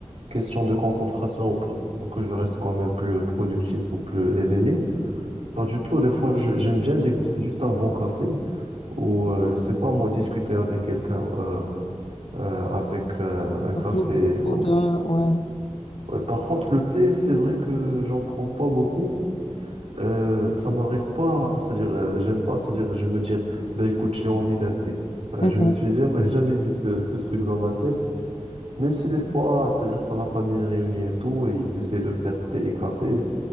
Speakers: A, on the right; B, on the left.
A: question de concentration ou pour, pour que je reste quand même plus productif ou plus éveillé. Pas du tout, des fois je- j'aime bien déguster juste un bon café ou, euh, je sais pas, moi, discuter avec quelqu'un euh, euh, avec euh, un café.
B: Autour de- autour
A: ou-
B: de- ouais.
A: Ouais, Par contre, le thé, c'est vrai que j'en prends pas beaucoup. Euh, ça m'arrive pas, c'est-à-dire, euh, j'aime pas, c'est-à-dire, je me dire, ben écoute, j'ai envie d'un thé. Euh,
B: Mhm.
A: je me suis jamais, <laughs> jamais dit ce, ce truc dans ma tête, même si des fois, c'est-à-dire, quand la famille est réunie et tout, et ils essayent de faire thé et café,